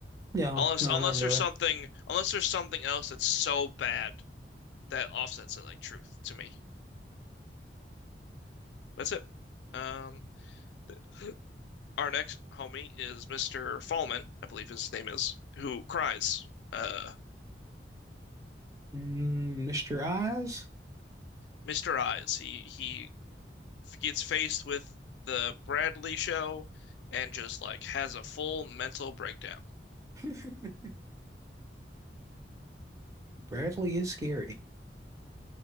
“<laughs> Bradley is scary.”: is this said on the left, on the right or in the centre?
Right